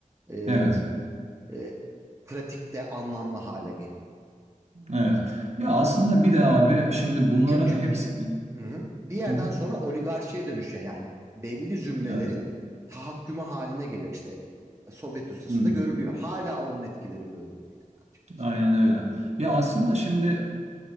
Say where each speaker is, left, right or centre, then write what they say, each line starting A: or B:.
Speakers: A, on the right; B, on the right.
A: e,
B: Evet.
A: e, pratikte anlamlı hale geliyor.
B: Evet. Ya aslında bir de abi şimdi bunların
A: Çünkü
B: hepsi
A: bir hı hı. bir yerden
B: Hı hı,
A: sonra oligarşiye dönüşüyor yani belli zümrelerin
B: Evet.
A: tahakkümü haline geliyor işte e, Sovyet ustasında
B: Hı.
A: görülüyor. Hala onun etkileri görülüyor yani açıkçası.
B: Aynen öyle. Ya aslında şimdi